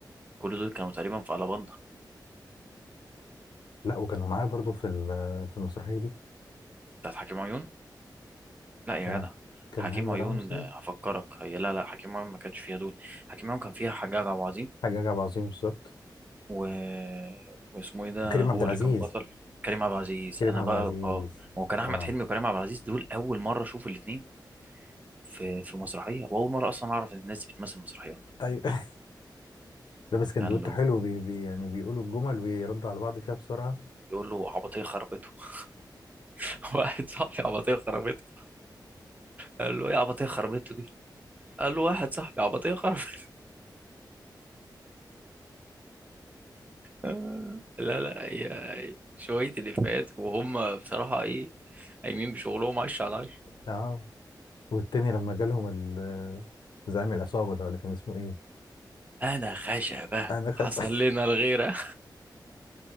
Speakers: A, on the right; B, on the left.
A: كل دول كانوا تقريبا في ألاباندا
B: لا وكانوا معاه برضه في ال- في المسرحية دي
A: بتاعت حكيم عيون لا يا
B: كان
A: جدع
B: كان
A: حكيم
B: هاني
A: عيون
B: رمزي
A: آه، هفكرك هي لا لا حكيم عيون ما كانش فيها دول حكيم عيون كان فيها حجاج عبد العظيم
B: حاجة جاب عظيم بالظبط
A: و... واسمه ايه ده
B: كريم
A: هو
B: عبد العزيز
A: اللي كان بطل كريم عبد العزيز
B: كريم
A: انا
B: عبد
A: بقى
B: العزيز
A: اه ما هو كان احمد
B: اه
A: حلمي وكريم عبد العزيز دول اول مره اشوف الاثنين في في مسرحيه واول مره اصلا اعرف ان الناس دي بتمثل مسرحيات
B: ايوه <laughs> لابس كندوته
A: قال له
B: حلو بي بي يعني بيقولوا الجمل ويردوا على بعض فيها بسرعة
A: يقول له عبطيه خربته <laughs> واحد صاحبي عبطيه خربته قال له ايه عبطيه خربته دي قال له واحد صاحبي عبطيه خربته آه، لا لا هي شوية الإفيهات وهم بصراحة إيه قايمين بشغلهم عش على عش
B: اه والتاني لما جالهم ال- زعيم العصابة ده ولا كان اسمه ايه
A: أنا خشبة
B: آه، انا خايف
A: حصل
B: <laughs>
A: لنا الغيرة